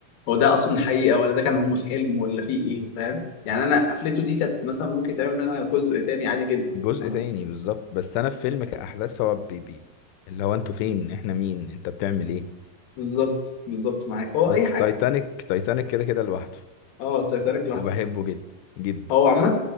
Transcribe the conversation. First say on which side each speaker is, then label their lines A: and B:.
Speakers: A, on the left; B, on the left.
A: هو ده اصلا حقيقه ولا ده كان هم في حلم ولا في ايه فاهم يعني انا قفلته دي كانت مثلا ممكن تعمل منها جزء تاني عادي جدا
B: جزء
A: آه،
B: تاني بالظبط بس انا في فيلم كأحداث هو بيبي اللي هو انتوا فين احنا مين انت بتعمل ايه
A: بالظبط بالظبط معاك هو
B: بس
A: اي حاجه
B: تايتانيك تايتانيك كده كده لوحده
A: اه تitanic لوحده
B: وبحبه جدا جدا
A: هو عامة